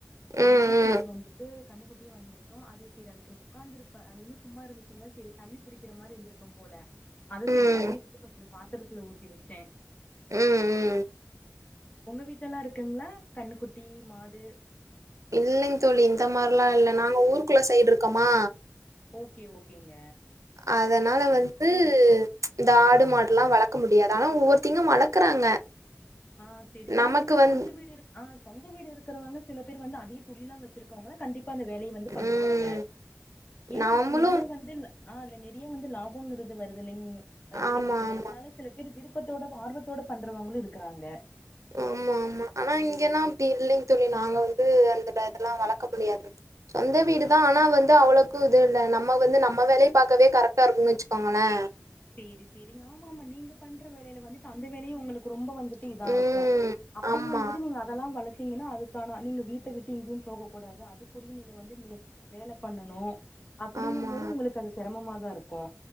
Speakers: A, on the right; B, on the left.
A: ம்
B: ஆனால
A: ம்
B: செரி வந்துட்டு கண்ணுக்குட்டியு வாங்கிருக்கோ அது செரி அதுக்கு உட்காந்துருப்ப அது வந்து சும்மா இருந்துச்சுங்ளா செரி தண்ணி குடிக்ற மாரி இருந்திருக்கு போல அது சரி
A: ம்
B: தண்ணி எடுத்து கொஞ்ச பாத்திரத்துல ஊத்தி வெச்சே
A: ம் ம்
B: உங்க வீட்லலா இருக்குங்ளா கண்ணுக்குட்டி மாடு
A: இல்லங் தோழி இந்த மார்லா இல்ல நாங்க ஊருக்குள்ள சைடு இருக்கம்மா
B: ஓகே ஓகேங்க
A: அதனால வந்து இந்த ஆடு மாடுல்லா வளக்க முடியாது ஆனா ஒவ்வொருத்திங்க வளக்கறாங்க
B: ஆ சேரி அது
A: நமக்கு
B: வந்து
A: வந்
B: சொந்த வீடு இருக் ஆ சொந்த வீடு இருக்கிறவங்க சில பேர் வந்து அதே துல்லா வச்சிரு கோங்களா கண்டிப்பா அந்த வேலைய வந்து பண்ணுவாங்க
A: ம்
B: ஏன்னா
A: நாமளு
B: அதுல நெறைய வந்து ஆ அதுல நெறைய வந்து லாபம்ங்கறது வருதலிங் வருதலிங்
A: ஆமா
B: தோழி
A: ஆமா
B: அதனால சில விரு விருப்பத்தோட ஆர்வத்தோட பண்றவங்களு இருக்கறாங்க
A: ஆமா ஆமா ஆனா இங்கல்லா அப்டி இல்லிங் தோழி நாங்க வந்து அந்த டாக்லா வளக்க முடியாது சொந்த வீடு
B: சே
A: தா ஆனா வந்து அவளக் து இது இல்ல நம்ம வந்து நம்ம வேலய பாக்கவே கரெக்டா இருக்குன் வச்சுக்கோங்களே
B: சேரி சேரிங்க ஆமா ஆமா நீங்க பண்ற வேலையில வந்துட்டு அந்த வேலையு உங்களுக்கு ரொம்ப வந்து டி இதா
A: ம்
B: இருக்கு அப்டிங்கும்
A: ஆமா
B: போது நீங்க அதெல்லா வளத்தீங்கன்னா அது கான நீங்க வீட்ட விட்டு இங்கியும் போக கூடாது அதுக்குடியு நீங்க வந்து மே வேல பண்ணனு அப்படிங்கும்
A: ஆமா
B: போது உங்களுக்கு அது சிரமமாதா இருக்கு